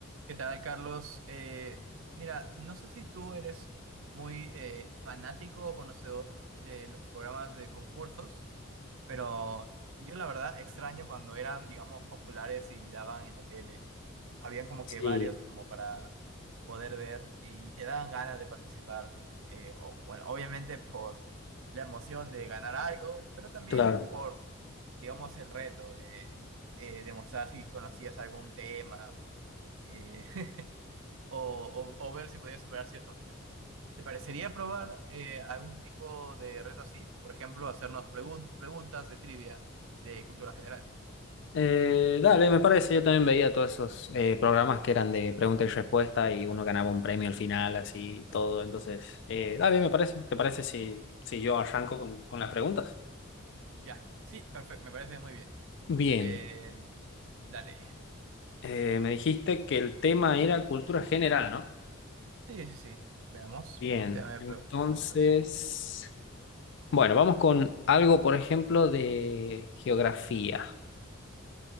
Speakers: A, on the right; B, on the left.
A: ¿Qué tal, Carlos? Eh, mira, no sé si tú eres muy eh, fanático o conocedor de los programas de concursos, pero yo la verdad extraño cuando eran, digamos, populares y daban en la tele. Habían como
B: Sí,
A: que varios como para poder ver y te daban ganas de participar. Eh, o, bueno, obviamente por la emoción de ganar algo, pero también
B: claro.
A: por, digamos, el reto de eh, demostrar si conocías algún tema. eh, o, o- o ver si podía superar ciertos retos. ¿Te parecería probar eh, algún tipo de reto así? Por ejemplo, hacernos pregun- preguntas de trivia de cultura general.
B: Eh, dale, me parece, yo también veía todos esos eh, programas que eran de pregunta y respuesta y uno ganaba un premio al final, así y todo. Entonces, eh, dale, me parece. ¿Te parece si, si yo arranco con, con las preguntas?
A: Ya, sí, perfecto, me parece muy bien.
B: Bien,
A: Eh, dale.
B: eh, me dijiste que el tema era cultura general, ¿no?
A: Sí, sí, sí. Veamos,
B: Bien,
A: plantéame
B: entonces,
A: pre- preguntas.
B: bueno, vamos con algo, por ejemplo, de geografía.